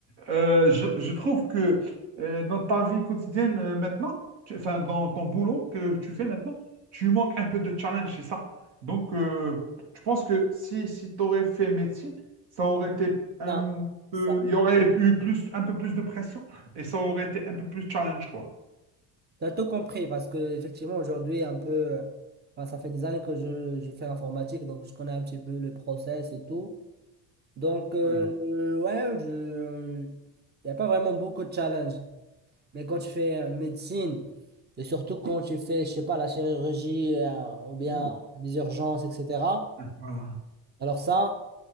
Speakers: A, on the right; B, on the right.
A: Euh, je, je trouve que euh, dans ta vie quotidienne euh, maintenant, tu- enfin dans ton boulot que tu fais maintenant, tu manques un peu de challenge, c'est ça. Donc, euh, je pense que si, si tu aurais fait médecine, ça aurait été un
B: ça,
A: peu,
B: ça,
A: il y aurait eu plus, un peu plus de pression et ça aurait été un peu plus challenge, quoi.
B: t'as tout compris parce que, effectivement, aujourd'hui, un peu, euh, enfin, ça fait des années que je, je fais l'informatique, donc je connais un petit peu le process et tout. Donc, euh,
A: Ouais.
B: ouais, je, il n'y a pas vraiment beaucoup de challenges. Mais quand tu fais euh, médecine, et surtout quand tu fais, je sais pas, la chirurgie, euh, ou bien
A: Ouh.
B: les urgences, etc.,
A: Voilà.
B: alors ça,